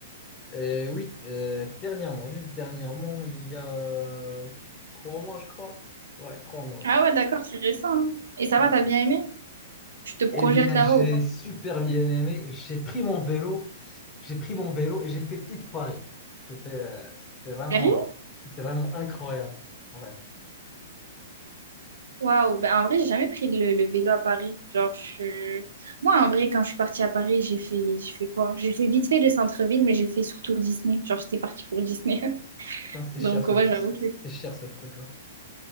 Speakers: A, on the left; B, on the right.
A: Euh, oui, euh, dernièrement, juste dernièrement, il y a euh, trois mois, je crois. Ouais, trois mois.
B: Ah ouais, d'accord, c'est récent. hein. Et ça
A: Ouais.
B: va, t'as bien aimé? Tu te projettes
A: Eh bien,
B: là-bas
A: j'ai
B: ou pas?
A: super bien aimé. J'ai pris mon vélo, j'ai pris mon vélo et j'ai fait toute Paris. C'était, euh, c'était vraiment,
B: Sérieux?
A: c'était vraiment incroyable. Ouais.
B: Waouh, ben en vrai, j'ai jamais pris le, le vélo à Paris. Genre, je... Moi, en vrai, quand je suis partie à Paris, j'ai fait, j'ai fait quoi? J'ai fait vite fait le centre-ville, mais j'ai fait surtout Disney. Genre, j'étais partie pour Disney. <laughs>
A: Putain, c'est
B: Donc,
A: cher ce,
B: ouais,
A: c'est
B: j'avoue.
A: c'est cher ce truc-là.